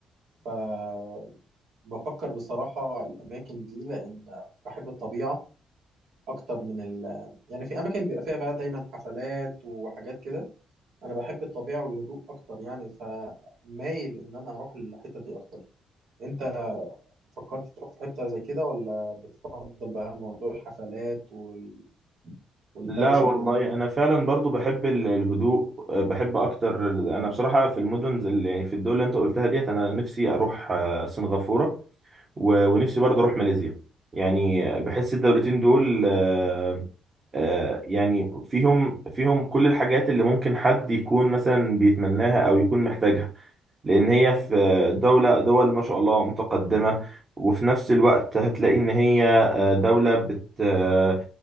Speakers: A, on the right; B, on the right.
A: فبفكر بصراحة الأماكن دي لأن بحب الطبيعة أكتر من ال يعني في أماكن بيبقى فيها بقى دايما حفلات وحاجات كده أنا بحب الطبيعة والهدوء أكتر يعني فمايل إن أنا أروح الحتة دي أكتر أنت فكرت تروح في حتة زي كده ولا بتفضل بقى موضوع الحفلات وال... والدوشة
B: لا والله
A: وكده؟
B: انا فعلا برضو بحب ال- الهدوء آه، بحب اكتر ال- انا بصراحه في المدن زي ال- يعني في الدول اللي انت قلتها ديت انا نفسي اروح آه، سنغافوره و- ونفسي برضو اروح ماليزيا يعني بحس الدولتين دول آه، آه، يعني فيهم فيهم كل الحاجات اللي ممكن حد يكون مثلا بيتمناها او يكون محتاجها لان هي في دولة دول ما شاء الله متقدمة وفي نفس الوقت هتلاقي ان هي آه، دولة بت آه،